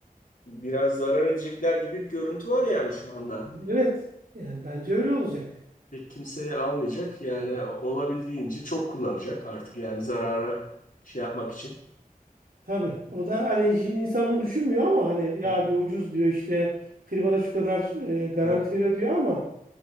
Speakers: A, on the left (about 70°); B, on the right (about 80°).
A: biraz zarar edecekler gibi bir görüntü var yani şu anda.
B: Evet. Yani bence öyle olacak.
A: Pek kimseye almayacak. Yani o- olabildiğince çok kullanacak artık yani zarara şey yapmak için.
B: Tabii. O da hani şimdi insan onu düşünmüyor ama hani ya
A: Evet.
B: diyor ucuz diyor işte firmada şu kadar e, garanti
A: Evet.
B: veriyor diyor ama